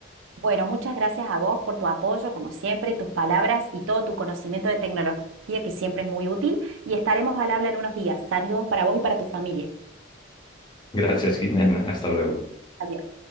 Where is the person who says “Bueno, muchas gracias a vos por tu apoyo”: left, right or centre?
Right